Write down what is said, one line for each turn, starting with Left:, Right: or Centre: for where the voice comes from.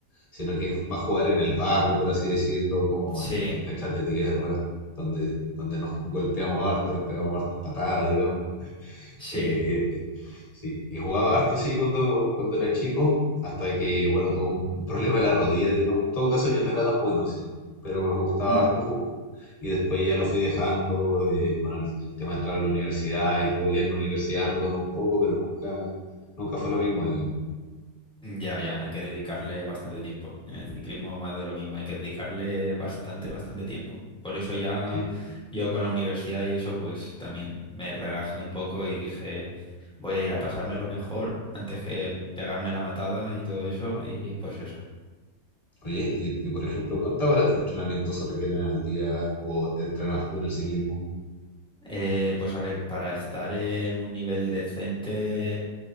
Left: sino que va a jugar en el barrio, por así decirlo, como
Centre: Sí,
Left: en, en canchas de tierra, donde, donde nos golpeamos harto, nos pegamos hartas patadas, digamos. <laughs>
Centre: sí.
Left: Eh, eh, eh, sí, y jugaba harto sí cuando, cuando era chico, hasta que, bueno, tuve un, un problema en la rodilla, digamos. En todo caso, yo no era tan bueno, sí, pero me gustaba
Centre: Mm.
Left: harto jugar. Y después ya lo fui dejando, eh, bueno, el, el tema de entrar a la universidad y todo, ya en la universidad retomé un poco, pero nunca, nunca fue lo mismo, digamos.
Centre: Ya, ya, hay que dedicarle bastante tiempo. En el ciclismo más de lo mismo, hay que dedicarle bastante, bastante tiempo. Por eso ya
Left: Sí.
Centre: yo con la universidad y eso, pues también me relajé un poco y dije, voy a ir a pasármelo mejor antes que pegarme la matada y todo eso. Y pues eso.
Left: Oye, y, y, por ejemplo, ¿cuántas horas de entrenamiento se requieren al día o entrenabas tú en el ciclismo?
Centre: Eh, pues a ver, para estar en un nivel decente.